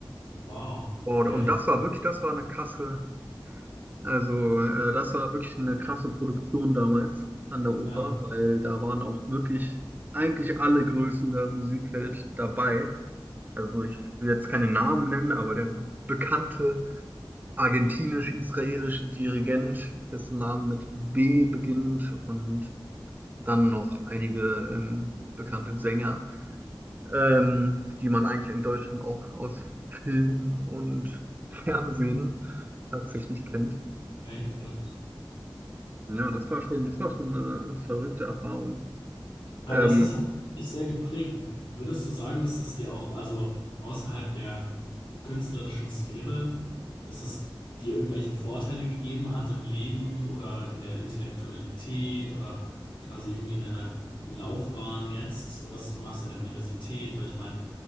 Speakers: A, on the left; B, on the right.
A: Wow.
B: Und,
A: Okay.
B: und das war wirklich, das war eine krasse, also äh, das war wirklich eine krasse Produktion damals an der Oper,
A: Ja,
B: weil da waren auch wirklich eigentlich alle Größen der Musikwelt dabei. Also ich will jetzt keine Namen nennen, aber der bekannte argentinisch-israelische Dirigent, dessen Name mit B beginnt und dann noch einige ähm, bekannte Sänger. ähm, die man eigentlich in Deutschland auch aus Film und Fernsehen tatsächlich kennt.
A: okay, verrückt.
B: Ja, das war schon, das war schon eine verrückte Erfahrung.
A: Aber
B: Ähm,
A: das ist hat dich sehr geprägt. Würdest du sagen, dass das dir auch, also außerhalb der künstlerischen Sphäre, dass es dir irgendwelche Vorteile gegeben hat im Leben oder in der Intellektualität oder quasi irgendwie in deiner Laufbahn jetzt, was du machst in der Universität? Weil ich meine,